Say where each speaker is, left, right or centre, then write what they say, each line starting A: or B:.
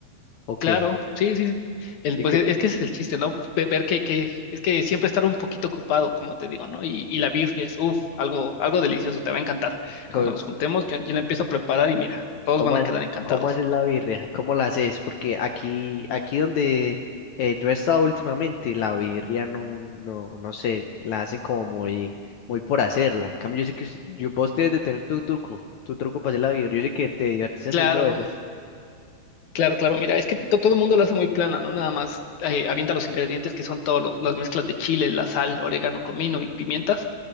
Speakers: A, on the left; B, on the left.
A: Ok.
B: Claro, sí, sí. El,
A: ¿Y
B: pues
A: qué,
B: es
A: le-
B: que ese es el chiste, ¿no? Ve- Ver que, que es que siempre estar un poquito ocupado, como te digo, ¿no? Y, y la birria es, uff, algo, algo delicioso, te va a encantar. Cuando
A: co-
B: nos juntemos, yo, yo la empiezo a preparar y mira, todos
A: ¿Cómo,
B: van a
A: ha-
B: quedar encantados.
A: cómo haces la birria? ¿Cómo la haces? Porque aquí, aquí donde eh, yo he estado últimamente, la birria no, no, no sé, la hacen como muy, muy por hacerla. En cambio, yo sé que usted- yo, vos debes de tener tu truco, tu truco para hacer la birria. Yo sé que te divertís haciendo
B: Claro,
A: eso.
B: Claro, claro, mira, es que to- todo el mundo lo hace muy plana, ¿no? Nada más eh, avienta los ingredientes que son todas las mezclas de chile, la sal, orégano, comino y pimientas,